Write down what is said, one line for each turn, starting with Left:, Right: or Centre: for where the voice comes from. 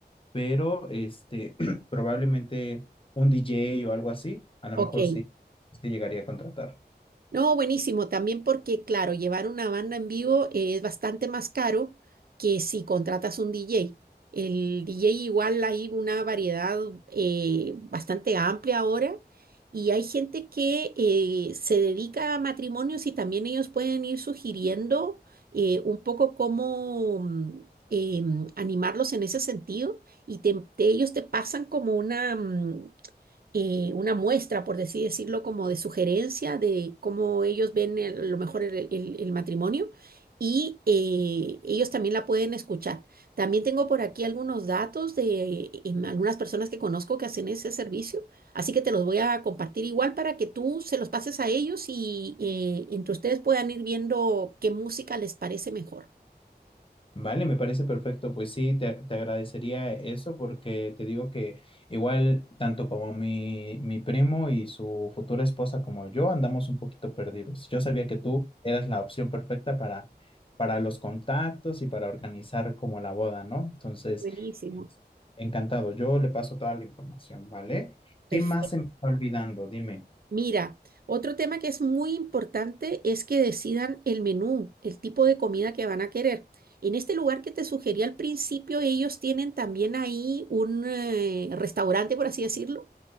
Left: pero este, <clears throat> probablemente un DJ o algo así, a lo
Right: Ok.
Left: mejor sí se llegaría a contratar.
Right: No, buenísimo, también porque, claro, llevar una banda en vivo eh, es bastante más caro que si contratas un DJ. El DJ igual hay una variedad eh, bastante amplia ahora y hay gente que eh, se dedica a matrimonios y también ellos pueden ir sugiriendo eh, un poco cómo mm, em, animarlos en ese sentido y te- te- ellos te pasan como una, mm, eh, una muestra, por así decirlo, como de sugerencia de cómo ellos ven el- a lo mejor el, el- el matrimonio y eh, ellos también la pueden escuchar. También tengo por aquí algunos datos de eh, em, algunas personas que conozco que hacen ese servicio, así que te los voy a compartir igual para que tú se los pases a ellos y eh, entre ustedes puedan ir viendo qué música les parece mejor.
Left: Vale, me parece perfecto. Pues sí, te, te agradecería eso porque te digo que igual tanto como mi, mi primo y su futura esposa como yo andamos un poquito perdidos. Yo sabía que tú eras la opción perfecta para, para los contactos y para organizar como la boda, ¿no? Entonces,
Right: Buenísimo.
Left: encantado. Yo le paso toda la información, ¿vale?
Right: Perfecto.
Left: ¿Qué más se me está olvidando? Dime.
Right: Mira, otro tema que es muy importante es que decidan el menú, el tipo de comida que van a querer. En este lugar que te sugerí al principio, ellos tienen también ahí un eh, restaurante, por así decirlo